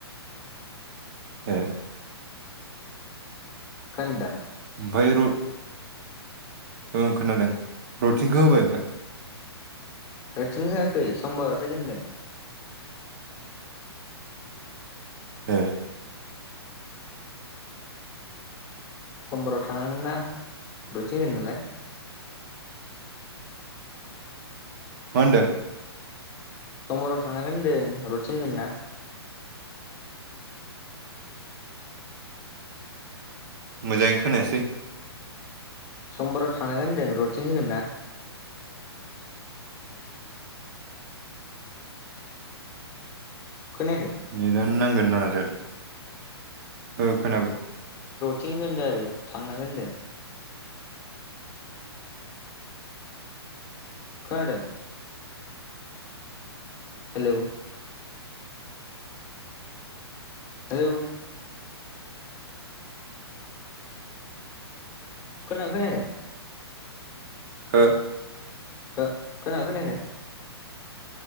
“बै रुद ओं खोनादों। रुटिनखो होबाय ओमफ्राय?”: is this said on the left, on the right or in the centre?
Right